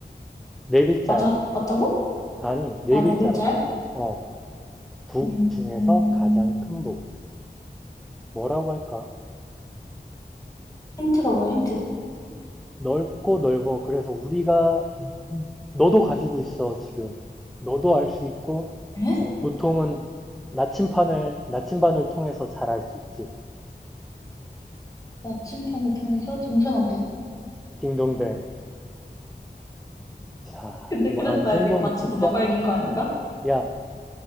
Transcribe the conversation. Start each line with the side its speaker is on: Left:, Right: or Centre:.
Centre: 네 글자야.
Left: 맞아? 맞다고?
Centre: 아니, 네
Left: 아,
Centre: 글자라고.
Left: 네 글자야?
Centre: 어. 북
Left: 음,
Centre: 중에서
Left: 음.
Centre: 가장 큰 북. 뭐라고 할까?
Left: 힌트가 뭐야, 힌트?
Centre: 넓고 넓어. 그래서 우리가 음, 너도 가지고 있어 지금. 너도 알 수 있고
Left: 에?
Centre: 어, 보통은 나침판을 나침반을 통해서 잘 알 수 있지.
Left: 나침판을 통해서 동서남북.
Centre: 딩동댕. 자,
Left: 근데
Centre: 와,
Left: 그래도
Centre: 이
Left: 나
Centre: 정도면
Left: 이거 맞춰도
Centre: 진짜
Left: 너가 이긴 거 아닌가?
Centre: 야,